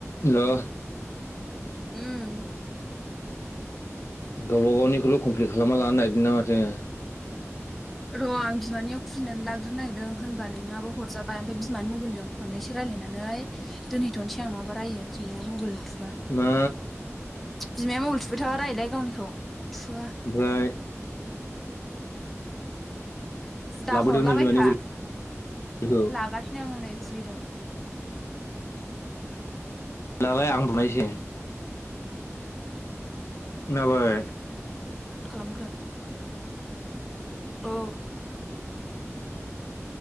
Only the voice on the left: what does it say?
Hello
गावबा गावनिखौल' कमप्लिट खालामना लानो नागिरदोंना माथो?
मा
ओमफ्राय
लाबोदोंनो
बिमानि गलिखौ
लालाय आं बुनायनोसै खोनाबाय।